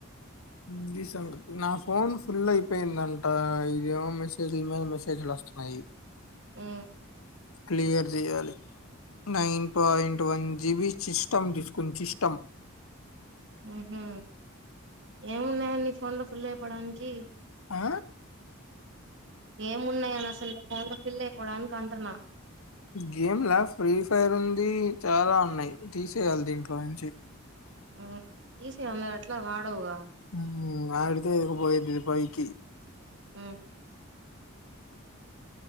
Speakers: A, on the left; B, on the right.
A: ఇది సంగతి నా ఫోన్ ఫుల్ అయిపోయిందంట ఇదేమో మెసేజ్ల మీద మెసేజ్లు వస్తున్నాయి
B: హ్మ
A: క్లియర్ చెయాలి nine point one GB system తీసుకున్ సిస్టమ్
B: హుహు ఏమున్నాయా నీ ఫోన్ లో ఫుల్ అయిపోడానికి
A: ఆ
B: ఏమున్నాయ అని అసలు ఫోన్లో ఫిల్ అయిపోవడానికి అంటున్నా
A: గేమ్లా ఫ్రీ ఫైర్ ఉంది చాలా ఉన్నాయి తీసేయాలి దీంట్లో నుంచి
B: ఆ తీసే నువేట్లో వాడవుగా
A: హ ఆడితే పోయిది పయికి
B: ఆ